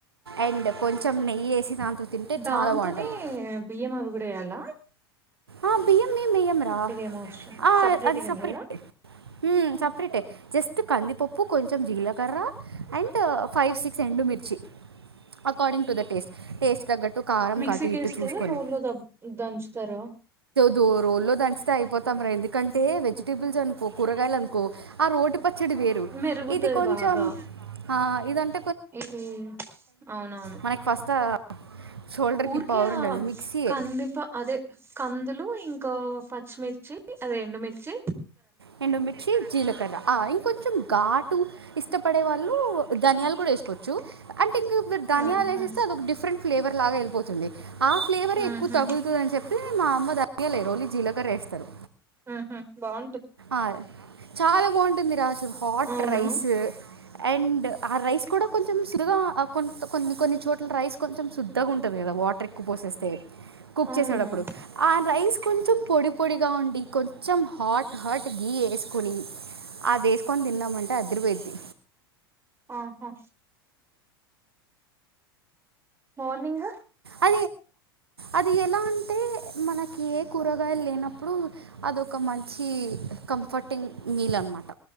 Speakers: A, on the right (about 75°); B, on the right (about 20°).
A: అండ్ కొంచెం నెయ్యి వేసి దాంతో తింటే
B: దాంతోనే
A: చాలా బాగుంటుంది
B: బియ్యం అవిగుడ వయాల
A: ఆ బియ్యం బియం రా
B: ఏం అవసరం
A: ఆ
B: సపరేట్గా
A: అది సపరేట్
B: ఏం లేదా
A: సపరేట్ జస్ట్ కందిపప్పు కొంచెం జీలకర్ర అండ్ ఫైవ్ సిక్స్ ఎండుమిిర్చి according to the taste taste తగ్గట్టు కారం
B: మిక్సీకిస్తారా
A: కాటు ఇటు చూసుకొని
B: రోల్ లో దబ్ దంచుతారా
A: దో రోజుల్లో దంచితే అయిపోతాం ఎందుకంటే అే వెజిటేబుస్ అనుకో కూరగాయలు అ ఆ రోటి పచ్చడి వేరు
B: మెరుగుతది
A: ఇది కొంచెం
B: బాగా
A: ఆ ఇదన్
B: ఇది అవునవును
A: మనకి ఫస్ట్ షోల్డర్కి
B: ఊరికే
A: పవర్ ఉండాలి మిక్సీయే
B: కందింప అదే కందులు ఇంకా పచ్చిమిర్చి రెండుమిిర్చి
A: రెండ మచి జీలకర్ర ఆ ఇంకొంచంట్ ఇష్టపడే వాళ్ళు దనియాలు కూడా వేసుకోవచ్చు అంటే ఇంకా దనియాలు
B: ఆహా
A: ఎసేస్తే అదొక డిఫరెంట్ ఫ్లేవర్ లాగా వెళ్ళిపోతుంది ఆ ఫ్లేవరే
B: ఉహు
A: ఎక్కువ తగులుతది అని చెప్పి మా అమ్మ దనియలు ఏదు ఓన్లీ జీలకర్ర వేస్తారు
B: ఆహా
A: ఆ చాలా బాగుంటుంది రా హాట్
B: అవునా
A: రైసు అండ్ ఆ రైస్ కూడా కొంచెం సుడుగా ఆ కొన్ని కొన్ని చోట్ల రైస్ కొంచెం శుద్ధగా ఉంటు ది వాటర్ ఎక్కు పోసేస్తేది కుక్
B: అవును
A: చేసేటప్పుడు ఆ రైస్ కొంచెం పొడి పొడిగా ఉండి కొ కొంచం హాట్ హాట్ గీ ఏసుకొని అది ఏసుకొని తిన్నామంటే అదిరిపోయిద్ది
B: ఆహా మార్నింగ్
A: అ అది ఎలా అంటే మనకి ఏ కూరగాయలు లేనప్పుడు అదొక మంచి ఈ కంఫర్టింగ్ మీల్ అనమాట